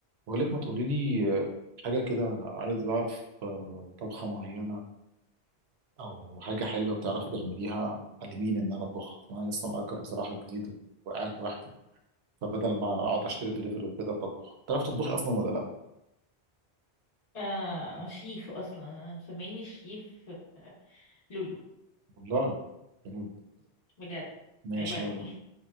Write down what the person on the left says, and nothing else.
آه شيف اصلا انا مسميني شيف آه لولو
بجد
عيب عليك